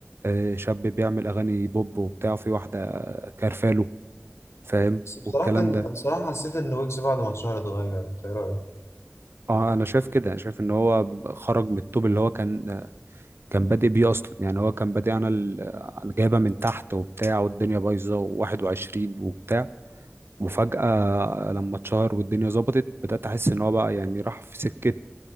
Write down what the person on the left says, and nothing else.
بس بصراحة
بصراحة حسيت إن ويجز بعد ما اتشهر اتغير أنت إيه رأيك؟